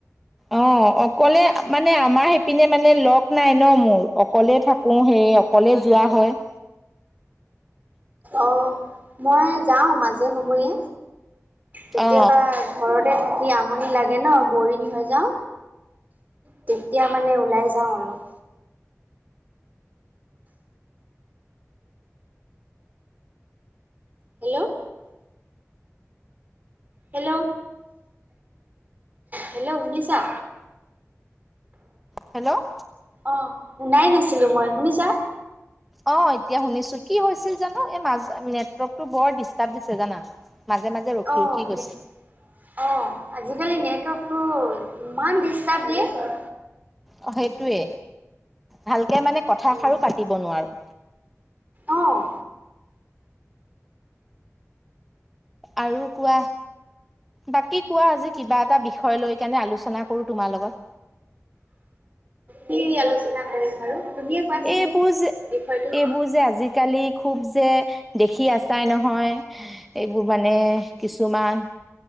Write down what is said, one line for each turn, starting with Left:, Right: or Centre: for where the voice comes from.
Centre: অঁ' অকলেই মানে আমাৰ সেইপিনে মানে লগ নাই ন মোৰ অকলে থাক- কো হেই অকলে যোৱা হয়।
Right: অঁ' মই যাওঁ মাজে সময়ে, কেতিয়াবা-
Centre: অ
Right: ঘৰতে থাকি আমনি লাগে ন বৰিং হৈ যাওঁ। তেতিয়া মানে ওলাই যাওঁ অলপ। হেল্লৌ'। হেল্লৌ' হেল্লৌ' শুনিছা?
Centre: হেল্লৌ'
Right: অঁ' শুনাই নাছিলো মই, শুনিছা?
Centre: অঁ' এতিয়া শুনিছো কি হৈছিল জানো এই মাজ নেটৱৰ্কতটো বৰ ডিষ্টাৰ্ব দিছে জানা। মাজে মাজে। ৰখি
Right: অঁ'
Centre: ৰখি গৈছে
Right: নে- অঁ' আজিকালি নেটৱৰ্কটো ইমান ডিষ্টাৰ্ব দিয়ে।
Centre: অ সেইটোৱে ভালকে মানে কথা
Right: উম,
Centre: এষাৰো পাতিব নোৱাৰো।
Right: অঁ'
Centre: আৰু কোৱা। বাকী কোৱা আজি কিবা এটা বিষয় লৈ কেনে আলোচনা কৰো তোমাৰ লগত।
Right: কি আলোচনা কৰিম বাৰু? তুমিয়ে কোৱাচোন?
Centre: এইবোৰ যে
Right: বিষয়টো অ',
Centre: এইবোৰ যে আজিকালি খুব যে দেখি আছাই নহয়। এইবোৰ মানে কিছুমান-